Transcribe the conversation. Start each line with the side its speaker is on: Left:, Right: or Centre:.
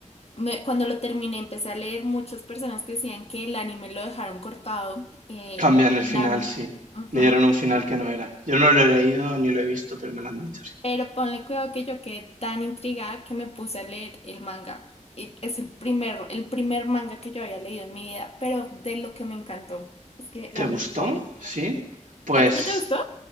Left: me- cuando lo terminé empecé a leer muchas personas que decían que el anime lo dejaron cortado, eh,
Right: Cambian
Left: lo terminaron.
Right: el final, sí.
Left: Ujú.
Right: Le dieron un final que no era. Yo no lo he leído ni lo he visto, pero me lo han dicho, sí.
Left: Pero ponle cuidado que yo quedé tan intrigada que me puse a leer el manga. Y es el primer, el primer manga que yo había leído en mi vida, pero de lo que me encantó. Es que era
Right: ¿Te gustó?
Left: muy bueno.
Right: Sí. Pues
Left: ¿A ti no te gustó?